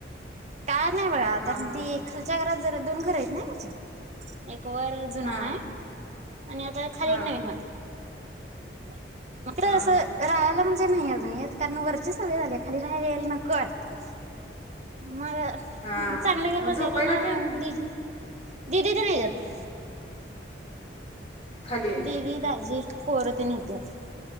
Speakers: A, on the right (about 40°); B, on the left (about 35°).
A: काय नाही बगा आता
B: हा
A: ती
B: हा
A: खालच्या घरात जर एकदम करायत नाही वच्या वर अजून
B: हा
A: हाय. आणि आता खाली
B: हा
A: एक नवीन बांधल्या. <inaudible> मात्र
B: हा
A: असं
B: हा
A: राहायला म्हणजे नाही आजुन येत. कारण वरची सवय झाल्या खाली राहायला यायला नको वाटतयं मग
B: हा
A: चांगलं घर
B: मग
A: बांधलय
B: झोपायला
A: तेन दीदी दीदी तेन येत्यात <inaudible>
B: खाली
A: दीदी दाजी पोर तेन येत्यात